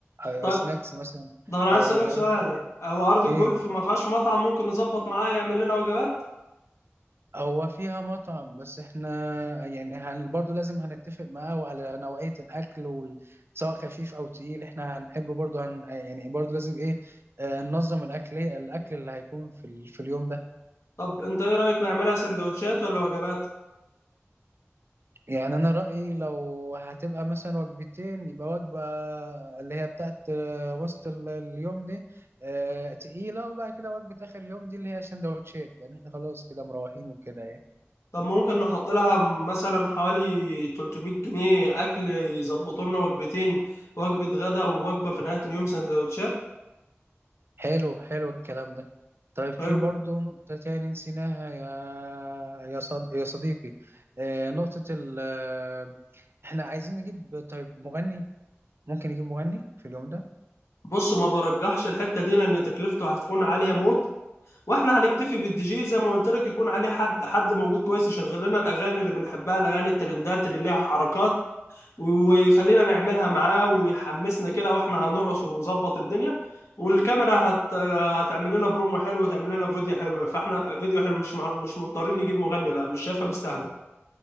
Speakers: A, on the right; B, on the left.
A: آه،
B: طيب
A: سناكس مثلا
B: طب أنا
A: او
B: عايز أسألك
A: وجبات
B: سؤال
A: خفيفة
B: هو أرض الجولف
A: ايه
B: ما فيهاش مطعم ممكن نظبط معاه يعمل لنا وجبات؟
A: هو فيها مطعم بس احنا يعني هن... برضه لازم هنتفق معاه وعلى نوعية الاكل وال... سواء خفيف او تقيل احنا هنحب برضه هن... يعني برضه لازم ايه آه ننظم الاكل الاكل اللي هيكون في ال... في اليوم ده
B: طب أنت إيه رأيك نعملها سندوتشات ولا وجبات؟
A: يعني انا رايي لو هتبقى مثلا وجبتين يبقى وجبه اللي هي بتاعت آه، وسط ال- اليوم دي آه، تقيله وبعد كده وجبه اخر اليوم دي اللي هي سندوتشات لان احنا خلاص كده مروحين وكده يعني
B: طب ممكن نحط لها مثلا حوالي 300 جنيه أكل يظبطوا لنا وجبتين وجبة غدا ووجبة في نهاية اليوم سندوتشات
A: حلو حلو الكلام ده طيب في
B: طيب
A: برضه نقطة تاني نسيناها يا يا صد... يا صديقي آه، نقطة ال آه، احنا عايزين نجيب طيب مغني ممكن نجيب مغني في اليوم ده
B: بص ما برجحش الحتة دي لأن تكلفته هتكون عالية موت واحنا هنكتفي بالدي جي زي ما قلت لك يكون عليه حد حد موجود كويس يشغل لنا الأغاني اللي بنحبها الأغاني الترندات اللي ليها حركات ويخلينا نعملها معاه ويحمسنا كده واحنا هنرقص ونظبط الدنيا والكاميرا هت... هتعمل لنا برومو حلو وتعمل لنا فيديو حلو فاحنا فيديو حلو مش مع... مش مضطرين نجيب مغني لا مش شايفها مستاهله